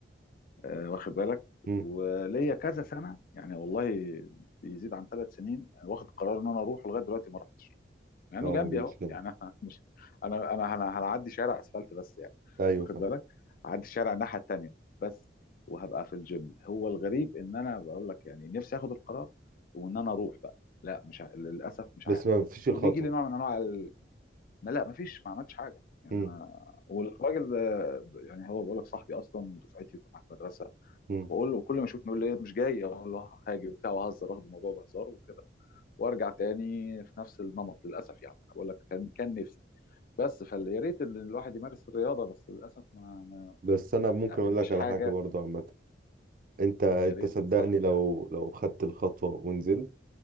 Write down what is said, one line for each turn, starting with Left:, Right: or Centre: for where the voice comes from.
Left: آه، واخد بالك
Right: امم
Left: وليا كذا سنه يعني والله بيزيد عن ثلاث سنين واخد قرار ان انا اروح ولغايه دلوقتي ما رحتش مع انه
Right: اه
Left: جنبي
Right: دي مشكلة
Left: اهو يعني انا <laughs> مش انا انا أنا هنعدي شارع اسفلت بس يعني
Right: ايوه
Left: واخد
Right: فاهم
Left: بالك هعدي الشارع الناحيه التانيه بس وهبقى في الجيم هو الغريب ان انا بقول لك يعني نفسي اخد القرار وان انا اروح بقى لا مش ع- للاسف مش
Right: بس
Left: عارف
Right: ما فيش الخطوة
Left: وبيجي لي نوع من انواع ال... ما لا ما فيش ما عملتش حاجه يعني
Right: امم
Left: انا والراجل ده يعني هو بقول لك صاحبي اصلا ودفعتي وكان معايا في المدرسه
Right: امم
Left: بقول له كل ما اشوفه يقول لي إيه، مش جاي اقول له آه، هاجي وبتاع وهزر واخد الموضوع بهزار وكده وارجع تاني في نفس النمط للاسف يعني انا بقول لك كان كان نفسي بس فيا ريت ان الواحد يمارس الرياضه بس للاسف ما ما-
Right: بس انا ممكن
Left: يعني
Right: اقول
Left: ما فيش
Right: لك على
Left: حاجه
Right: حاجة برضه عامة انت انت
Left: يا ريت
Right: صدقني
Left: تنصحني
Right: لو
Left: في حاجه
Right: لو خدت الخطوة ونزلت